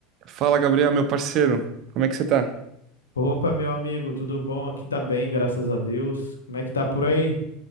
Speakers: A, on the right; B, on the left.
A: Fala, Gabriel, meu parceiro. Como é que você tá?
B: Opa, meu amigo, tudo bom? Aqui tá bem, graças a Deus. Como é que tá por aí?